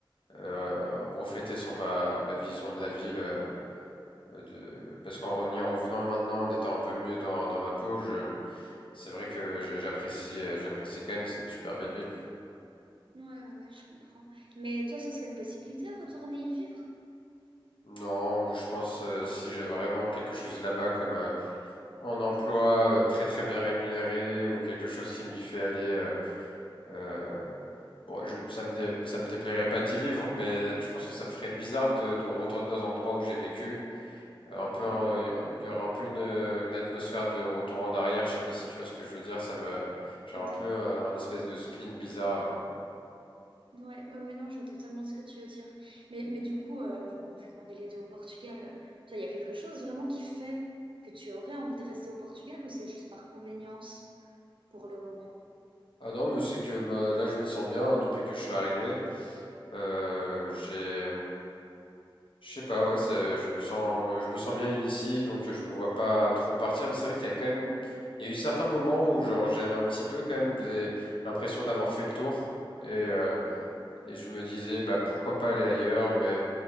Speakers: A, on the left; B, on the right.
A: euh, reflété sur ma, ma vision de la ville. euh, euh, de... Parce qu'en y revenant maintenant, en étant un peu mieux dans, dans ma peau, je... c'est vrai que je- j'apprécie euh, j'apprécie quand même. C'est une super belle ville.
B: ouais, ouais, ouais, je comprends. Mais toi, ce serait une possibilité, retourner y vivre?
A: Non, je pense euh, si j'ai vraiment quelque chose là-bas comme euh, en emploi euh, très très bien rémunéré ou quelque chose qui m'y fait aller, euh, euh, bon, je- ça me dé- ça me déplairait pas d'y vivre, mais je pense que ça me ferait bizarre de, de retourner dans un endroit où j'ai vécu. Euh, un peu,
B: Ouais,
A: euh, il y aura un peu une, euh, une atmosphère de retour en arrière. Je sais pas si tu vois ce que je veux dire. Ça me, genre
B: totalement.
A: un peu euh, un espèce de spleen bizarre. euh.
B: Ouais, ouais, ouais, non, je vois totalement ce que tu veux dire. Mais, mais du coup, euh, bon, vu qu'on est les deux au Portugal, euh, toi, il y a quelque chose vraiment qui fait que tu aurais envie de rester au Portugal ou c'est juste par convenience pour le moment?
A: Ah non, mais c'est que bah, là je m'y sens bien hein, depuis que je suis arrivé. Euh, j'ai Je sais pas, ouais, ça- je me sens, je me sens bien ici, donc je me vois pas trop partir. Mais c'est vrai qu'il y a quand même, il y a eu certains moments où genre j'avais un petit peu quand même des- l'impression d'avoir fait le tour et, euh,
B: Ouais.
A: et je me disais bah pourquoi pas aller ailleurs, mais